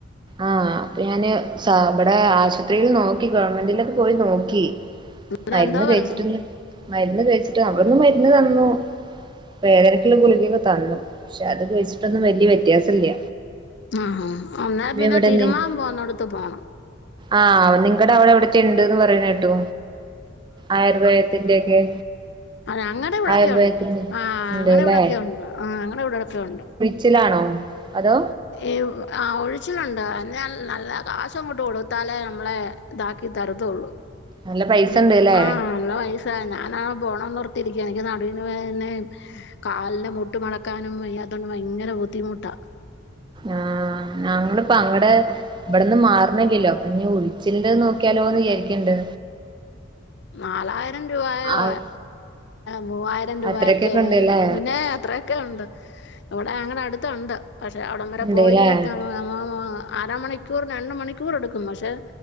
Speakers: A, on the right (about 25°); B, on the left (about 60°).
A: ആഹ് അപ്പൊ ഞാന് സാ ഇബടെ ആശുപത്രിയിൽ നോക്കി ഗവണ്മെന്റിലൊക്ക പോയി നോക്കി.
B: പിന്നെ
A: മരുന്നു
B: എന്തോ
A: കയിച്ചിട്ടൊന്ന്
B: പറഞ്ഞു
A: മരുന്ന് കഴിച്ചിട്ട് അവിടെന്ന് മരുന്ന് തന്നു വേദനക്കുള്ള ഗുളികൊക്കെ തന്നു. പക്ഷെ അത്കഴിച്ചിട്ടൊന്നും വലിയ വ്യത്യാസം ഇല്ല.
B: ആഹ് എന്ന പിന്നെ
A: ഇവിടെന്ന്
B: തിരുമാൻ പോകുന്നോട്ത്ത് പോണം.
A: ആഹ് നിങ്കടെ അവിടെ എവിടത്തെ ഉണ്ട്ന്ന് പറയുന്ന് കേട്ടു ആയുർവേദത്തിന്റെ ഒക്കെ.
B: അത അങ്ങടെ ഇവിടെയൊക്കെ
A: ആയുർവേദത്തിന്റെ
B: ഒണ്ട് ആഹ്
A: ഉണ്ട്ല്ലേ
B: അങ്ങടെ ഇവിടയൊക്കെ യൊണ്ട് ആഹ് അങ്ങടെെ ഇവിടെയൊക്കെ യുണ്ട്.
A: ചിലാണോ അതോ
B: ഈ ആഹ് ഒഴിച്ചിലുണ്ട് എന്നാൽ നല്ല കാശങ്ങോട്ട് കൊടുത്താലേ നമ്മളെ ഇതാക്കി തരത്തൊള്ളൂ.
A: നല്ല പൈസ
B: <unintelligible>
A: ഉണ്ട്ല്ലേ
B: ആഹ് നല്ല വയസായ ഞാനാ ബോണംന്നോർത്തിരിക്ക എനിക്ക് നടുവിന്ന് വേദനിം കാലിന്റെ മുട്ട് മടക്കാനും വയ്യാത്തൊണ്ട് ഭയങ്കര ബുദ്ധിമുട്ടാ
A: ആഹ് ഞങ്ങൾപ്പ അങ്ങടെ. ഇബട്ന്ന് മാർണില്ലല്ലോ അപ്പൊ ഉഴുച്ചിൽന്റെ നോക്കിയാലോന്ന് വിചാരിക്ക്ണ്ട്.
B: <unintelligible> നാലായിരം രൂപായോ
A: ആഹ്
B: മൂവായിരം രൂപൊയൊക്കെ
A: അത്രക്കൊക്കെ ഉണ്ട്ല്ലേ
B: പിന്നെ അത്രേ ഒക്കെണ്ട് ഇവിടെ അങ്ങനെ അടുത്തുണ്ട് പക്ഷെ അവിടം വരെ
A: ഉണ്ട്ല്ലേ
B: പോയി തം എ ആഹ് അര മണിക്കൂർ രണ്ട് മണിക്കൂർ എടുക്കും പക്ഷെ.